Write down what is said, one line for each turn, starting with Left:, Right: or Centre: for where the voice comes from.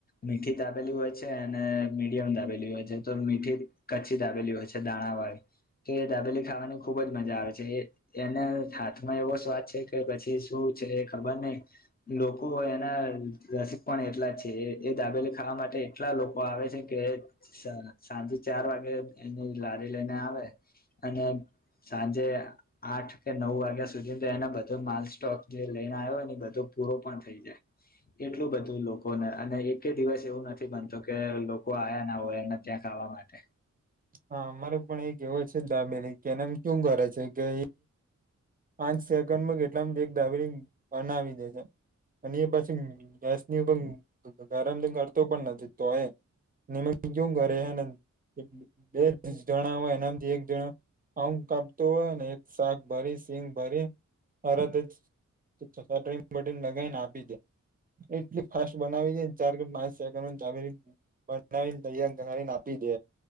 Left: મીઠી દાબેલી હોય છે અને મીડિયમ દાબેલી હોય છે તો મીઠી. કચ્છી દાબેલી હોય છે દાણા વાળી તો એ દાબેલી ખાવાની ખુબ જ મજા આવે છે એ. એને હાથમાં એવો સ્વાદ છે કે પછી શું છે એ ખબર નહ લોકો એના રસીક પણ એટલા છે એ દાબેલી ખાવા માટે એટલા લોકો આવે છે કે. સાંજે ચાર વાગે એની લારી લઈને આવે અને સાંજે આઠ કે નવ વાગ્યા સુધી તો એને બધો માલ સ્ટોક જે લઈને આવ્યો હોય ને બધો પૂરો પણ થઈ જાય. એટલું બધું લોકોને અને એક દિવસ એવું નથી બનતો કે લોકો આયા ના હોય ત્યાં. ખાવા માટે
Right: હા મારે પણ એક એવો છે દાબેરી કે એનેમ કેું કરે છે કે. પાંચ સેકન્ડમાં કેટલામ એક દાબેલી બનાવી દે છે. અને એ પછી ગેસની પણ ગરમ કરતો પણ નથી તો એ નિમ કેું કરે છે બે જણા હોય એનાથી એક જણા. અમ કાપતો હોય ને એક શાક ભરી સિંગ ભરી અરદ જ ટ બટન લગાવીને આપી દે. એટલી ફાસ્ટ બનાવીનેને ચાર કે પાંચ સેકન્ડ માં દાબેલી બનાવીને દૈને આપી